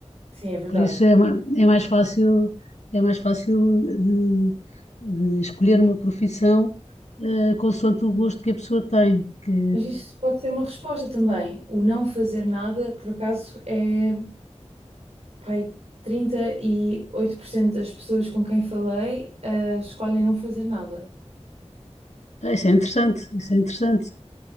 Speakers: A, on the right; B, on the left.
A: sim, é verdade.
B: Por isso é, ma- é mais fácil, é mais fácil de, de escolher uma profissão eh, consoante o gosto que a pessoa tem. Que,
A: Mas isso pode ser uma resposta também. O não fazer nada, por acaso, é, pai, 38% das pessoas com quem falei, ah, escolhem não fazer nada.
B: ah, isso é interessante, isso é interessante.